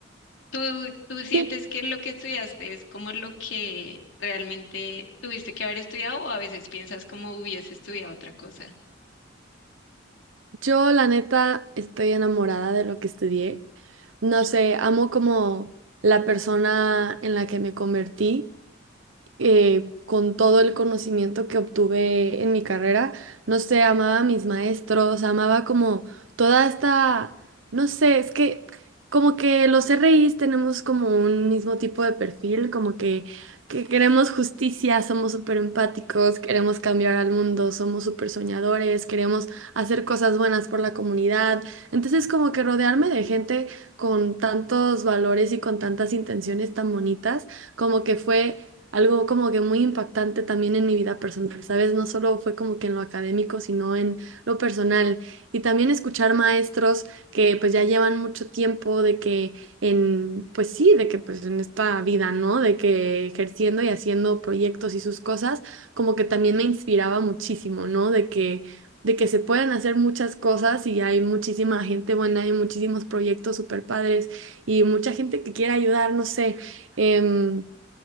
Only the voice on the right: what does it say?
Sí,
yo la neta estoy enamorada de lo que estudié. No sé, amo como la persona en la que me convertí. eh, con todo el conocimiento que obtuve en mi carrera, no sé, amaba a mis maestros, amaba como toda esta, no sé, es que como que los RIs tenemos como un mismo tipo de perfil, como que, que queremos justicia, somos súper empáticos, queremos cambiar al mundo, somos súper soñadores, queremos hacer cosas buenas por la comunidad. Entonces como que rodearme de gente con tantos valores y con tantas intenciones tan bonitas, como que fue algo como que muy impactante también en mi vida personal, ¿sabes? No solo fue como que en lo académico, sino en lo personal. Y también escuchar maestros que pues ya llevan mucho tiempo de que en, pues sí, de que pues en esta vida, ¿no? De que ejerciendo y haciendo proyectos y sus cosas, como que también me inspiraba muchísimo, ¿no? De que... de que se pueden hacer muchas cosas y hay muchísima gente buena, hay muchísimos proyectos super padres y mucha gente que quiere ayudar, no sé. em,